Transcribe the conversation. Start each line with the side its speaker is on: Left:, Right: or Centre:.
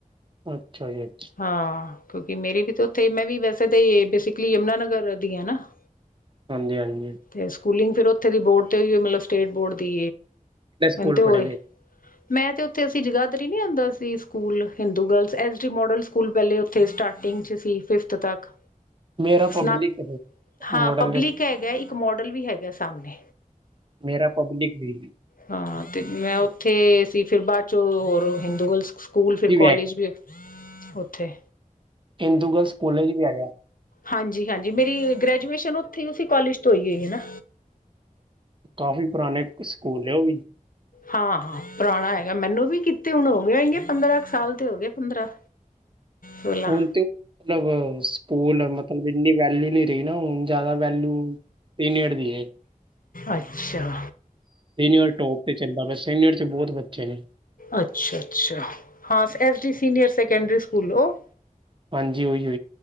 Right: ਅੱਛਾ ਜੀ, ਅੱਛਾ।
Left: ਹਾਂ। ਕਿਉਂਕਿ ਮੇਰੀ ਵੀ ਤਾਂ ਉੱਥੇ ਈ, ਮੈਂ ਵੀ ਵੈਸੇ ਤਾਂ ਬੇਸਿਕਲੀ ਯਮੁਨਾਾਨਗਰ ਦੀ ਹੈ ਨਾ। <inaudible>
Right: ਹਾਂਜੀ- ਹਾਂਜੀ।
Left: ਤੇ ਸਕੂਲਿੰਗ ਫਿਰ ਥੇ ਦੀ ਬੋਰਡ ਤੇ ਮ ਸਟੇਟ ਬੋਰਡ ਦੀ
Right: ਕਿਹੜੇ ਸਕੂਲ
Left: ਤੇ ਹੋਏ।
Right: ਪੜ੍ਹੇ ਜੀ
Left: ਮੈਂ ਤੇ ਉੱਥੇ ਅਸੀਂ ਜਗਾਦਾਰੀ ਹੀ ਨੀ ਆਉਂਦਾ ਸੀ school Hindu girls S D model. School ਪਹਿਲੇ ਉੱਥੇ ਸਟਾਰਟਿੰਗ ਚ ਸੀ ਫਿਫਥ ਤੱਕ।
Right: ਮੇਰਾ ਪਬਲਿਕ
Left: ਸਨਾ
Right: ਹੈ
Left: ਹਾਂ
Right: ਮੋਡਲ।
Left: ਪਬਲਿਕ ਹੈਗਾ। ਇੱਕ ਮੋਡਲ ਵੀ ਹੈਗਾ ਸਾਹਮਣੇ।
Right: ਮੇਰਾ ਪਬਲਿਕ ਵੀ
Left: ਹਾਂ। ਤੇ ਮੈਂ ਉੱਥੇ ਸੀ, ਫਿਰ ਬਾਅਦ ਚੋਂ' ਹੋਰ ਹਿੰਦੂਗਰਲ ਸਕੂਲ, ਫਿਰ
Right: ਜੀ
Left: ਕੋਾਲਜ
Right: ਹੈ,
Left: ਵੀ। ਉੱਥੇ।
Right: ਇਦੂ ਗਰਲਸ ਕੋਲੇਜ ਵੀ ਆਇਆ।
Left: ਹਾਂਜੀ ਹਾਂਜੀ ਮੇਰੀ ਗ੍ਰੈਜੂਏਸ਼ਨ ਉੱਥੇ ਕੋਾਲਜ ਤੋਂ ਹੋਈ ਹੋਈ ਹੈ ਨਾ।
Right: ਕਾਫੀ ਪੁਰਾਣੇ ਸਕੂਲ ਨੇ ਉਹ ਵੀ।
Left: ਹਾਂ ਹਾਂ ਪੁਰਾਣਾ ਹੈਗਾ ਮੈਨੂੰ ਵੀ ਕੀਤੇ ਹੁਣ ਹੋ ਗਏ ਪੰਦਰਾਂ ਕੁ ਸਾਲ ਤੇ ਹੋ ਗਏ ਪੰਦਰਾਂ। ਸੋਲਾਂ
Right: ਹੁਣ ਤੇ ਮਤਲਬ ਸਕੂਲ ਮਤਲਬ ਇੰਨੀ ਵੈਲਿਊ ਨੀ ਰਹੀ ਨਾ ਹੁਣ ਜ਼ਿਆਦਾ ਵੈਲਊ ਸੀਨੀਅਰ ਦੀ ਹੈ।
Left: ਅੱਛਾ।
Right: ਸੀਨੀਅਰ ਟੋਪ ਤੇ ਚੱਲਦਾ ਪਿਆ ਸੀਨੀਅਰ ਚ ਬਹੁਤ ਬੱਚੇ ਨੇ।
Left: ਅੱਛਾ ਅੱਛਾ ਹਾਂ S D senior secondary school ਹੋ।
Right: ਹਾਂਜੀ ਉਹੀ ਹੋ